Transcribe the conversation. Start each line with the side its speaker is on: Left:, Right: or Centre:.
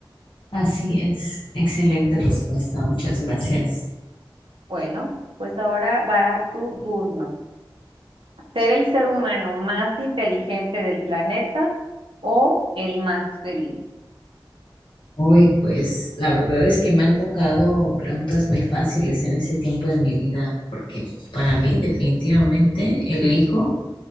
Left: Así es. Excelente respuesta. Muchas gracias.
Right: Bueno, pues ahora va tu turno. ¿Ser el ser humano más inteligente del planeta o el más feliz?
Left: Uy, pues la verdad es que me han tocado preguntas muy fáciles en ese tiempo de mi vida, porque para mí definitivamente elijo